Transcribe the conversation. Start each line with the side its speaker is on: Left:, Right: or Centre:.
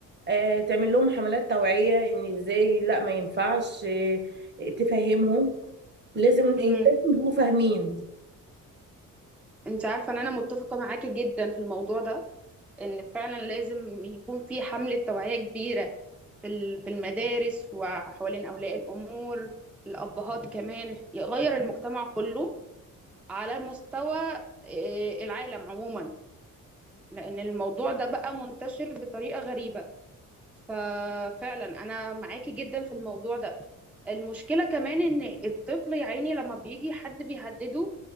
Right: آه، تعمل لهم حملات توعية ان ازاي لا ما ينفعش آه، تفهمهم لازم إيه،
Centre: امم
Right: لازم يبقوا فاهمين
Centre: انت عارفه ان انا متفقه معاكي جدا في الموضوع ده ان فعلا لازم يكون في حملة توعية كبيرة في ال- في المدارس وحوالين أولياء الأمور الأبهات كمان يغير المجتمع كله على مستوى آه، العالم عموما لأن الموضوع ده بقى منتشر بطريقة غريبة ففعلا أنا معاكي جدا في الموضوع ده المشكلة كمان إن الطفل يا عيني لما بيجي حد بيهدده